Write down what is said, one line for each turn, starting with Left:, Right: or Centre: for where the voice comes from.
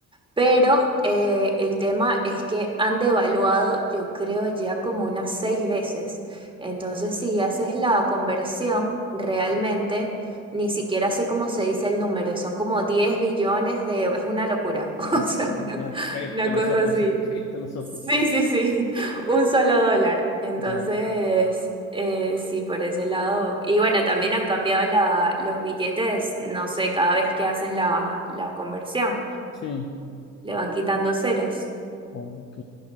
Right: Pero eh, el tema es que han devaluado, yo creo, ya como unas seis veces. Entonces, si haces la conversión, realmente ni siquiera sé cómo se dice el número, son como 10 billones de... Es una locura, <laughs>
Left: No,
Right: o sea,
Left: no,
Right: una,
Left: cállate
Right: una
Left: los
Right: cosa
Left: ojos,
Right: así.
Left: <laughs> cállate los ojos.
Right: Sí, sí, sí, <laughs> un solo dólar. Entonces,
Left: Ya,
Right: eh, sí, por ese lado. Y bueno, también han cambiado la- los billetes, no sé, cada vez que hacen la, la conversión,
Left: sí,
Right: le van quitando ceros.
Left: ok.